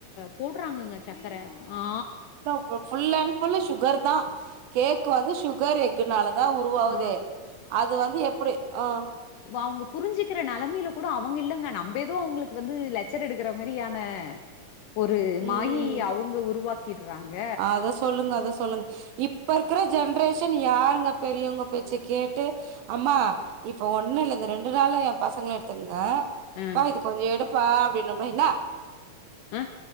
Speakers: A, on the left; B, on the right.
A: போட்றாங்கங்க சக்கர ஆ
B: உனக்கு ஃபுல் அண்ட் ஃபுல்லு சுகர் தா கேக் வந்து சுகர் எக்குனால தா உருவாவுது
A: ஆ
B: அது வந்து எப்டி அ
A: இப்போ அவுங்க புரிஞ்சிக்கிற நெலமையில கூட அவங்க இல்லங்க நம்பே எதோ அவுங்களுக்கு வந்து லெக்சர் எடுக்குற மாதிரியான ஒரு
B: ம்
A: மாயி அவுங்க உருவாக்கிடுறாங்க
B: அத சொல்லுங்க அத சொல்லுங்க இப் ப இருக்குற ஜென்ரேஷன் யாருங்க பெரியவங்க பேச்ச கேட்டு அம்மா இப்ப ஒண்ணு இல்லங்க ரெண்டு நாள எ பசங்கள எடுத்துங்க
A: ஆ
B: ப்பா இத கொஞ்ச எடுப்பா அப்டின்னம்னா என்ன
A: அ